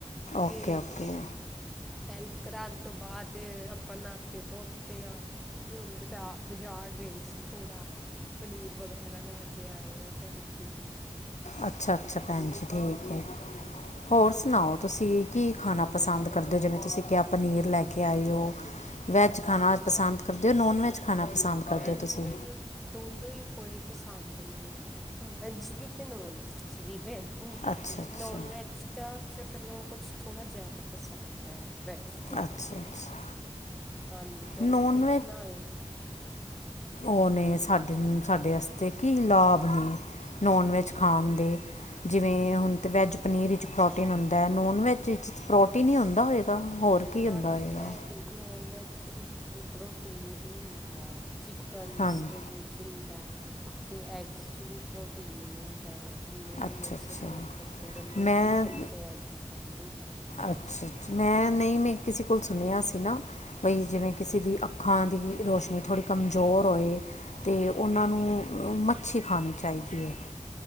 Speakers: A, on the left; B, in the centre.
A: ਓਕੇ
B: ਫੇਰ
A: ਓਕੇ
B: ਹੈਲਪ ਕਰਾਣ ਤੋਂ ਬਾਦ ਅਪਾਂ ਨਾਤੇ-ਧੋਤੇ ਆਂ। ਹੁਣ ਬਜਾ ਬਜ਼ਾਰ ਗਏ ਸੀ ਥੋੜ੍ਹਾ। ਪਨੀਰ ਵਗੈਰਾ ਲੈ ਕੇ ਆਏ ਆਂ, ਭੈਣ ਜੀ।
A: ਅੱਛਾ ਅੱਛਾ, ਭੈਣ ਜੀ ਠੀਕ ਏ। ਹੋਰ
B: ਹਾਂਜੀ
A: ਸੁਣਾਓ,
B: ਹਾਂਜੀ
A: ਤੁਸੀਂ? ਕੀ ਖਾਣਾ ਪਸੰਦ ਕਰਦੇ ਔ? ਜਿਵੇਂ ਤੁਸੀਂ ਕਿਆ ਪਨੀਰ ਲੈ ਕੇ ਆਏ ਔ। ਵੈੱਜ ਖਾਣਾ ਅੱਜ ਪਸੰਦ ਕਰਦੇ ਔ, ਨੋਨਵੈਜ ਖਾਣਾ? ਪਸੰਦ ਕਰਦੇ
B: ਭੈਣ
A: ਹੋ ਤੁਸੀਂ
B: ਜੀ ਮੈਨੂੰ ਦੋਨੋਂ ਈ ਬੜੇ ਪਸੰਦ ਨੇ ਵੈਜ ਵੀ ਤੇ ਨੋਨਵੈਜ ਵੀ ਵੈਣ ਉੰਚ
A: ਅੱਛਾ ਅੱਛਾ
B: ਨੋਨਵੈੱਜ ਤਾਂ ਚਲੋ ਕੁਛ ਥੋੜ੍ਹਾ ਜੈਦਾ ਪਸੰਦ ਐ। ਵੈਜ ਦੇ ਨਾਲੋ
A: ਅੱਛਾ
B: ਨਾ,
A: ਅੱਛਾ
B: ਹਾਂਜੀ ਭੈਣ
A: ਨੋਨ
B: ਜੀ ਕੁਛ ਨਾ ਹੋਏ
A: ਔ ਨੇ ਸਾਡੇ ਨੂੰ ਸਾਡੇ ਅਸਤੇ ਕੀ ਲਾਭ ਨੇ? ਨੋਨ ਵੈੱਜ ਖਾਣ ਦੇ। ਜਿਵੇਂ ਹੁਣ ਤੇ ਵੈੱਜ ਪਨੀਰ ਇਚ ਪ੍ਰੋਟੀਨ ਹੁੰਦੈ, ਨੋਨ ਵੈੱਜ ਏਚ ਪ੍ਰੋਟੀਨ ਹੀਂ ਹੁੰਦਾ ਹੋਏਗਾ ਹੋਰ ਕੀ
B: ਹਾਂਜੀ
A: ਹੁੰਦਾ ਹੋਏਗਾ
B: ਭੈਣ ਜੀ, ਨੋਨ ਵੈਜ ਵਿੱਚ ਵੀ ਪ੍ਰੋਟੀਨ ਹੀ ਹੁੰਦੈ। ਚਿਕਨਸ
A: ਹਾਂਜੀ
B: ਦੇ ਵਿੱਚ ਹੁੰਦੈ ਤੇ ਐਗਸ 'ਚ ਵੀ ਪ੍ਰੋਟੀਨ ਹੁੰਦੈ। ਜਿੰਨੇ ਵੀ
A: ਅੱਛਾ
B: ਐਕਸਰਸਾਈਜ਼
A: ਅੱਛਾ
B: ਕਰਦੇ ਬੰਦੇ
A: ਮੈਂ
B: ਓਹ ਚਿਕਨ ਤੇ ਐਗ ਖਾਂਦੇ ਹੀ ਖਾਂਦੇ। ਨੇ
A: ਅੱਛਾ ਅੱਛ ਮੈਂ ਨਹੀਂ ਮੈਂ ਕਿਸੇ ਕੋਲ ਸੁਣਿਆ ਸੀ ਨਾ ਭਈ ਜਿਵੇਂ ਕਿਸੀ ਦੀ ਅੱਖਾਂ ਦੀ ਰੋਸ਼ਨੀ ਥੋੜ੍ਹੀ ਕਮਜ਼ੋਰ ਹੋਏ। ਅਤੇ ਓਨਾਂ ਨੂੰ ਅ ਮੱਛੀ ਖਾਣੀ ਚਾਈਦੀ ਏ।